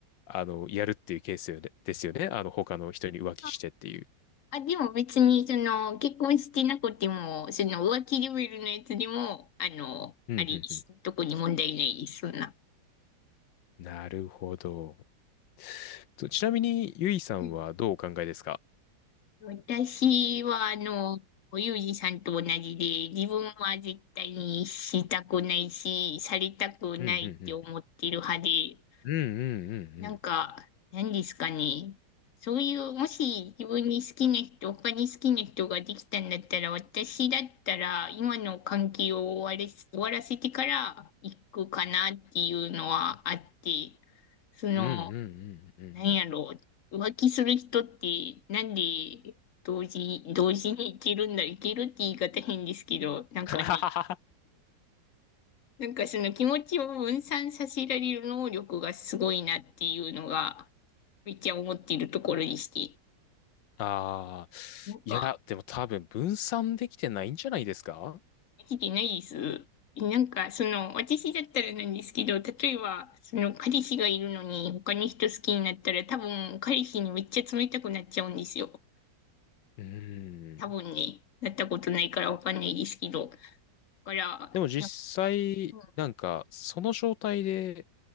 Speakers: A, on the left; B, on the left.
A: あの、やるっていうケースよねですよね。あの、他の人に浮気してっていう。
B: あ、あでも別に、その、結婚してなくても、その、浮気レベルのやつでも、あの、
A: うんうんうん。
B: あれです。特に問題ないです、そんな。
A: なるほど。とちなみに、ゆいさんはどうお考えですか
B: はい。私は、あの、ユージさんと同じで、自分は絶対にしたくないし、されたくないって思ってる派で、
A: うんうんうん。うんうんうんうん。
B: なんか、何ですかね。そういう、もし自分に好きな人、他に好きな人ができたんだったら、私だったら、今の関係を終われ、終わらせてから行くかなっていうのはあって、その、
A: うんうんうんうんうん。
B: 何やろう、浮気する人って、なんで同時、同時に行けるんだ、行けるって言い方変ですけど、なんかね、
A: <laughs>
B: なんかその気持ちを分散させられる能力がすごいなっていうのが、めっちゃ思っているところでして。
A: ああ、
B: なんか、
A: いや、でも多分分散できてないんじゃないですか
B: できてないです。なんか、その、私だったらなんですけど、例えば、その、彼氏がいるのに、他の人好きになったら、多分、彼氏にめっちゃ冷たくなっちゃうんですよ。
A: うん。
B: 多分ね、なったことないからわかんないですけど。だから、
A: でも実際、
B: なんか、うん
A: なんか、その状態で